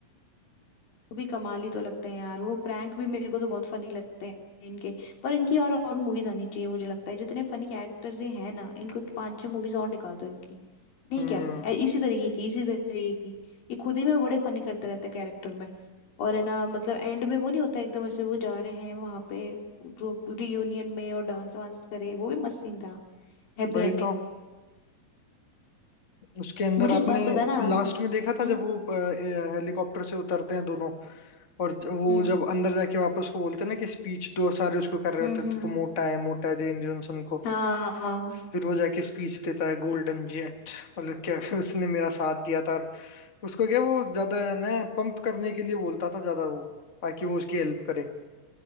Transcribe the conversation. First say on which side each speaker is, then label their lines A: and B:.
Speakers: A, on the left; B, on the left.
A: वो भी कमाल ही तो लगते हैं यार वो प्रैंक भी मेरे को तो बहुत फनी लगते हैं इनके पर इनकी और और मूवीज आनी चाहिए मुझे लगता है जितने फनी कैरेक्टर्स ये हैं ना इनको तो पांच छह मूवीज और निकाल दो इनकी नहीं
B: हम्म
A: क्या ए- इसी तरीके की इसी तरीके की ये खुद ही में बड़े फनी करते रहते हैं कैरेक्टर में और है ना मतलब एंड में वो नहीं होता एकदम ऐसे वो जा रहे हैं वहां पे रियूनियन में और डांस वांस करे वो भी मस्त सीन था Happy
B: वही
A: ending
B: तो उसके अंदर
A: मुझे
B: आपने
A: एक बात बताना हम्म
B: लास्ट में देखा था जब वो हेलीकॉप्टर से उतरते हैं दोनों और ज- वो
A: हम्म
B: जब अंदर जाके वापस उसको बोलते हैं ना कि स्पीच दो और सारे उसको कर रहे
A: हम्म
B: होते थे
A: हम्म
B: तो तो
A: हम्म।
B: मोटा है मोटा है जेन जॉनसन को
A: हाँ
B: फिर वो जाके स्पीच देता है गोल्डन जेट मतलब क्या उसने मेरा साथ दिया था और उसको क्या वो ज्यादा ना पंप करने के लिए बोलता था ज्यादा वो ताकि वो उसकी हेल्प करे